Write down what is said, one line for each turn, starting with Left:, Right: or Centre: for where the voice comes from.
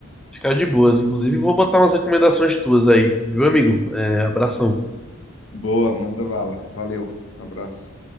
Centre: ficar de boas. Inclusive, vou botar umas recomendações tuas aí, viu, amigo? É, abração.
Left: Boa, manda bala. Valeu. Abraço.